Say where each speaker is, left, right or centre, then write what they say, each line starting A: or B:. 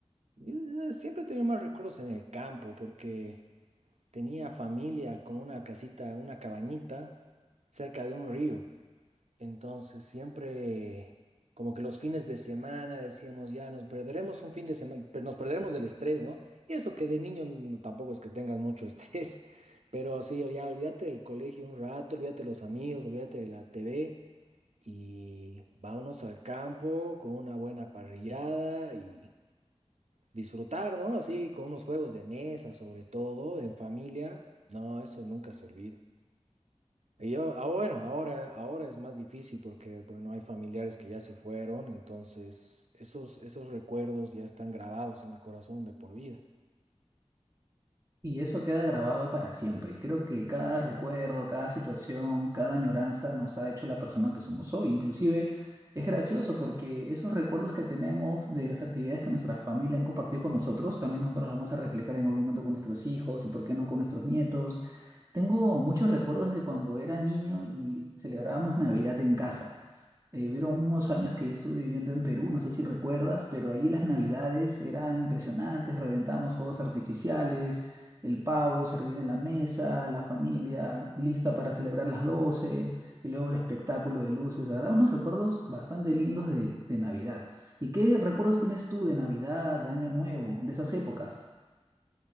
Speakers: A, on the right (about 80°); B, on the right (about 30°).
A: Yo eh, siempre he tenido más recuerdos en el campo, porque. tenía familia con una casita, una cabañita cerca de un río. Entonces siempre, como que los fines de semana decíamos, ya nos perderemos un fin de semana, nos perderemos del estrés, ¿no? Y eso que de niño no- tampoco es que tengas mucho estrés, <laughs> pero sí, ya olvídate del colegio un rato, olvídate de los amigos, olvídate de la TV y vámonos al campo con una buena parrillada y disfrutar, ¿no? Así con unos juegos de mesa, sobre todo, en familia. No, eso nunca se olvida. Y yo, ah, bueno, ahora, ahora es más difícil porque, bueno, hay familiares que ya se fueron, entonces esos, esos recuerdos ya están grabados en el corazón de por vida.
B: Y eso queda grabado para siempre. Y creo que cada recuerdo, cada situación, cada añoranza nos ha hecho la persona que somos hoy. Inclusive es gracioso porque esos recuerdos que tenemos de las actividades que nuestra familia han compartido con nosotros, también nosotros las vamos a replicar en algún momento con nuestros hijos y por qué no con nuestros nietos. Tengo muchos recuerdos de cuando era niño y celebrábamos Navidad en casa. Eh, hubieron unos años que yo estuve viviendo en Perú, no sé si recuerdas, pero ahí las navidades eran impresionantes, reventábamos fuegos artificiales, el pavo servido en la mesa, la familia lista para celebrar las 12 y luego el espectáculo de luces, la verdad, unos recuerdos bastante lindos de, de Navidad. ¿Y qué recuerdos tienes tú de Navidad, de Año Nuevo, de esas épocas?